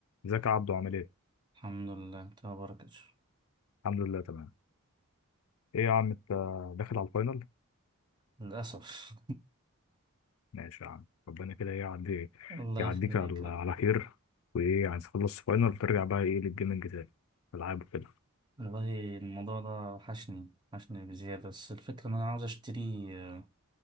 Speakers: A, on the left; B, on the right.
A: ازيك يا عبدو عامل ايه؟
B: الحمد لله تبارك الشر.
A: الحمد لله تمام. ايه يا عم انت داخل على الفاينل؟
B: للأسف
A: ماشي يا عم ربنا كده ايه يعدي
B: <laughs> الله
A: يعديك
B: يخليك
A: على
B: يا رب.
A: على خير وايه عايز تخلص فاينل ترجع بقى ايه للجيمنج تاني العاب وكده
B: والله الموضوع ده وحشني وحشني بزيادة بس الفكرة إن أنا عاوز أشتري آه،